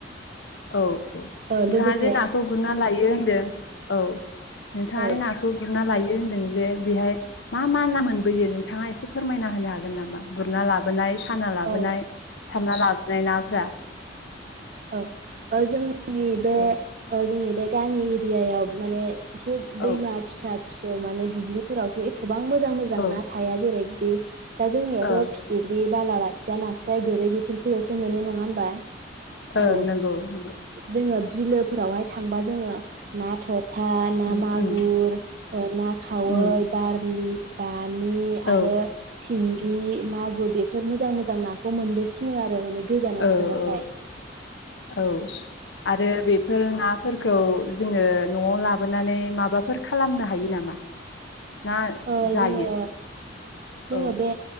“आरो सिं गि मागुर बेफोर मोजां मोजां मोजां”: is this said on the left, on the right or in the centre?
Right